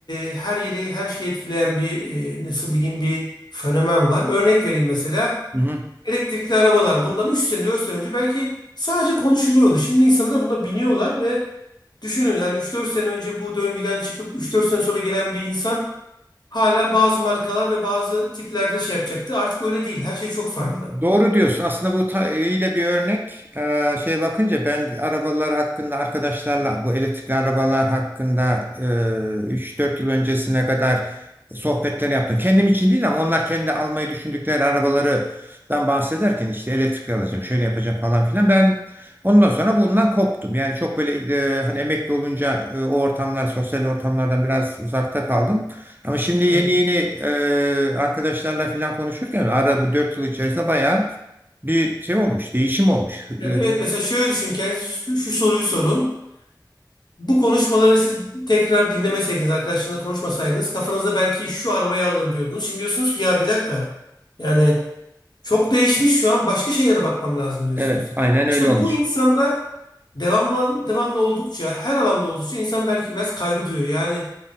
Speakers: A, on the left; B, on the right.
A: e, her yeri her şeyi etkileyen bir e, nasıl diyeyim bir fenomen var. Örnek vereyim mesela.
B: hı hı.
A: Elektrikli arabalar bundan 3 sene 4 sene önce belki sadece konuşuluyordu. Şimdi insanlar buna biniyorlar ve düşünün yani üç dört sene önce bu döngüden çıkıp üç dört sene sonra gelen bir insan hala bazı markalar ve bazı tiplerde şey yapacaktı. Artık öyle değil. Her şey çok farklı.
B: Doğru diyorsun. Aslında bu ta- iyi de bir örnek. Ee, şey bakınca ben arabalar hakkında arkadaşlarla bu elektrikli arabalar hakkında e, 3-4 yıl öncesine kadar sohbetler yaptım. Kendim için değil ama onlar kendi almayı düşündükleri arabalardan bahsederken işte elektrikli alacağım, şöyle yapacağım falan filan. Ben ondan sonra bundan koptum. Yani çok böyle e, hani emekli olunca e, o ortamlar, sosyal ortamlardan biraz uzakta kaldım. Ama şimdi yeni
A: Evet.
B: yeni e, arkadaşlarla falan konuşurken ara bu dört yıl içerisinde bayağı bir şey olmuş, değişim olmuş. E,
A: Yani evet mesela şöyle düşün kendinize şu, şu soruyu sorun. Bu konuşmaları siz tekrar dinlemeseydiniz, arkadaşlarınızla konuşmasaydınız kafanızda belki şu arabayı alırım diyordunuz. Şimdi diyorsunuz ki ya bir dakika yani çok değişmiş şu an başka şeylere bakmam lazım diyorsunuz.
B: Evet, aynen öyle
A: İşte
B: olmuş.
A: bu insanda devamlı, devamlı oldukça her alanda oldukça insan belki biraz kaygı duyuyor. Yani